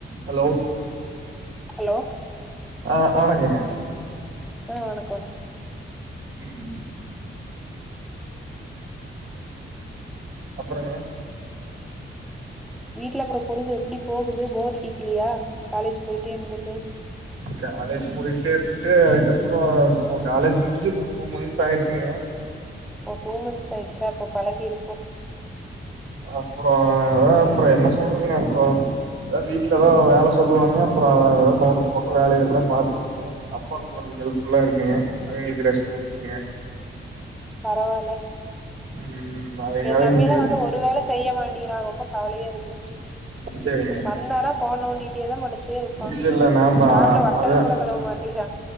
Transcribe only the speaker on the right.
ஹலோ
ஆ வணக்கங்க
உம் அப்பறங்க
காலேஜ் போயிட்டே இருந்துட்டு அதுக்கப்றோ இப்ப காலேஜ் முடிஞ்சு இப்ப டூ மந்த்ஸ் ஆயிடுச்சுங்க
அப்பறோ அதா அப்றோ என்ன சொல்றதுங்க அப்றோ எதா வீட்ல தா வேல சொல்லுவாங்க அப்றோ தோட்டத்துப்பக்கம் வேல இருந்தா பாத்து அப்பாவுக்கு கொஞ்சோ ஹெல்ப்ஃபுல்லா இருக்குங்க அவங்களுக்கு ரெஸ்ட் குடுத்துட்டுங்க
ம் அதனாலயே
முடியு
சேரிங்க
இல்ல இல்ல நாம்ப
அதா